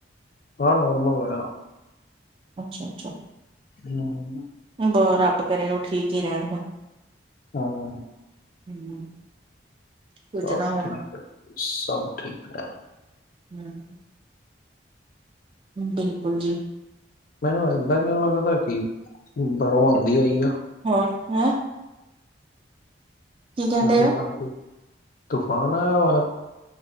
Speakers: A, on the left; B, on the right.
A: ਹਾਂ ਨੋਰਮਲ ਹੋਇਆ।
B: ਅੱਛਾ, ਅੱਛਾ।
A: ਹੂੰ।
B: ਬ ਰੱਬ ਕਰੇ ਉਹ ਠੀਕ ਹੀ ਰਹਿਣ ਹੁਣ।
A: ਹਮ-ਹਮ
B: ਹੂੰ। ਕੁੱਝ
A: ਸਭ
B: ਨਾ ਹੋਣ
A: ਠੀਕ ਹੈ। ਸਭ ਠੀਕ ਹੈ।
B: ਹੂੰ। ਬਿਲਕੁਲ ਜੀ।
A: ਮੈਨੂੰ ਇੱਦਾਂ ਕਿਉਂ ਲੱਗਦਾ ਕਿ ਬਾਹਰੋਂ ਆਉਂਦੀ ਹੋਈ ਆ।
B: ਹਾਂ ਹੈ। ਕਹਿੰਦੇ
A: ਹਾਂਜੀ-
B: ਹੋ?
A: ਹਾਂਜੀ ਤੂਫਾਨ ਆਇਆ ਬਾਹਰ।